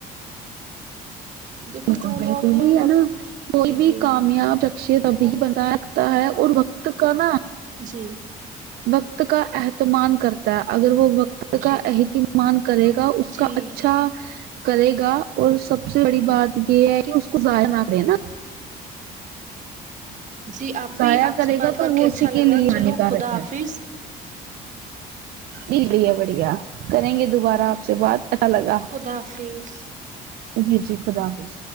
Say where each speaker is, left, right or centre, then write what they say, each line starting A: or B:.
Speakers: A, on the right (about 50°); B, on the right (about 65°).
A: دیکھو
B: بالکل
A: جو
B: بالکل
A: لوگ
B: بھی ہے
A: وقت
B: نا کوئی
A: جی
B: بھی
A: جی
B: کامیاب <unintelligible> بھی بنا رکھتا ہے اور وقت کا نا
A: جی
B: وقت کا اہتمام کرتا ہے اگر وہ وقت
A: جی
B: اس کا اہتمام کرے گا اس
A: جی
B: کا اچھا کرے گا اور سب سے بڑی بات یہ ہے کہ اس کو ضائع نہ کرے نا
A: جی آپ بھی
B: ضائع
A: آپ
B: کرے
A: سے بات
B: گا
A: کر
B: تو وہ
A: کے اچھا
B: اسی
A: لگا
B: لیے
A: چلو
B: ہانیکارک
A: خدا حافظ
B: ہے جی بڑھیا بڑھیا کریں گے دوبارہ آپ سے بات اچھا لگا
A: خدا حافظ
B: جی جی خدافظ